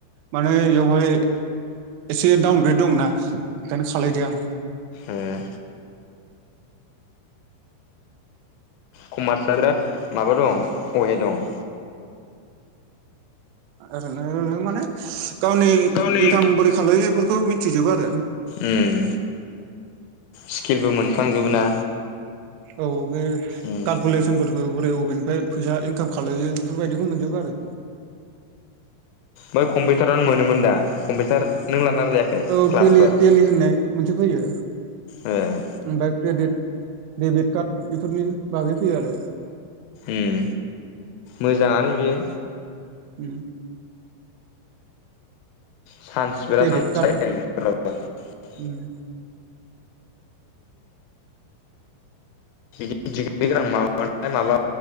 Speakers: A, on the right (about 85°); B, on the left (about 85°).
A: माने बेवहाय एसे डाउनग्रेड दंना बेखायनो खालायदिया आं
B: उम कमार्सआ बिराद माबा दं अ ए दं
A: ओरैनो माने गावनि
B: गावनि
A: इनकाम बोरै खालायो बेफोरखौ मिथिजोबो आरो
B: उम स्किलबो मोनफ्लांजोबो ना
A: औ बे
B: उम
A: कालकुलेसनफोरखौ बोरै अबेनिफ्राय फैसा इनकाम खालायो बेफोरबायदिखौ मोनजोबो आरो
B: ओमफ्राय कम्पिउटारनो मोनोमोन दा कम्पिउटार नों लानानै लायाखै
A: औे
B: क्लासफोर
A: टेलि- टेलि होननाय मोनसे फैयो
B: हाया
A: ओमफ्राय क्रेडिट डेबिट कार्ड बेफोरनि बागै फैयो आरो
B: उम मोजाङानो बियो
A: उम
B: चान्स बिराद
A: क्रेडिट
B: सान्स
A: कार्ड
B: थायो आरो <unintelligible>
A: उम
B: बिदि डिग्रि गोनां माबाबाथाय माबा